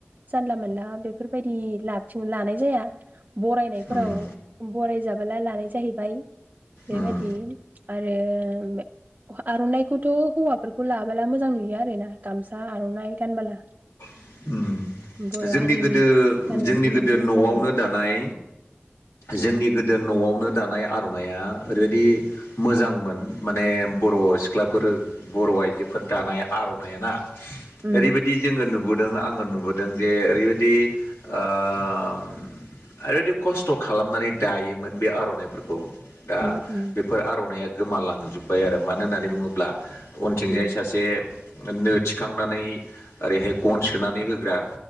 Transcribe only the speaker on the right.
जानला मोनानला बेफोरबायदि लाबथिं लानाय जाया। बरायनायफोराव
बरायजाबोला लानाय जाहैबाय बेबायदि
आर रोम बे आर'नाइखौथ' हौवाफोरखौ लाबोला मोजां नुयो आरो ना गामसा आर'नाइ गानबोला।
बर'
हारिनि
गाननाय
जोमनायजों
मोजां
नुयो
उम
उम
उम उम
उम